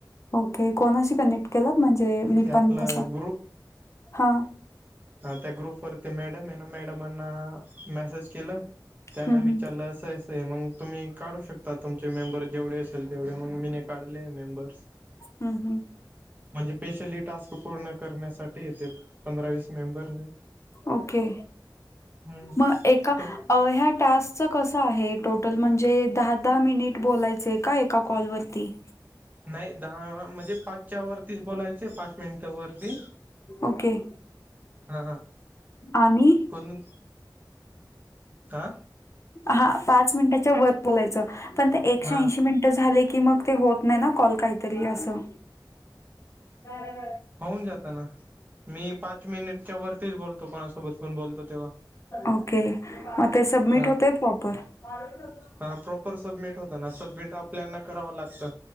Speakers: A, on the left; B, on the right.
A: ओके कोणाशी कनेक्ट केलात म्हणजे मी
B: ते आपलं
A: पण अस हा
B: हा त्या ग्रुपवरती मॅडम आहे ना मॅडमांना मेसेज केलं त्यांना
A: हम्म
B: विचारलं
A: हम्म
B: असेच ते, मग तुम्ही काढू शकता. तुमचे मेंबर जेवढे असेल तेवढे मग मीे काढले. मेंबर्स
A: हम्म हम्म
B: म्हणजे स्पेशली टास्क पूर्ण करण्यासाठी येते. पंधरा - वीस मेंबर
A: ओके,
B: हम्म
A: मग एका
B: तो
A: अ ह्या, टास्कच कसं आहे. टोटल म्हणजे दहा - दहा मिनिट बोलायचंय का एका कॉल वरती
B: नाही. दहा म्हणजे पाचच्या वरतीच बोलायचे पाच मिनिटावर मी
A: ओके
B: हा हा,
A: आणि
B: कोण का,
A: हा, पाच मिनिटाच्या वर बोलायचं, पण ते एकशे
B: हा
A: ऐंशी मिनिट मिनिट झाले, की मग ते होत नाही. ना कॉल काहीतरी असं, <unintelligible>
B: होऊन जाताना मी पाच मिनिटच्या वरतीच बोलतो. कोणासोबत पण बोलतो, तेव्हा
A: ओके, मग ते सबमिट
B: हा
A: होतय प्रॉपर. <inaudible>
B: हा, प्रॉपर सबमिट होत ना, सबमिट आपल्याना कराव लागत.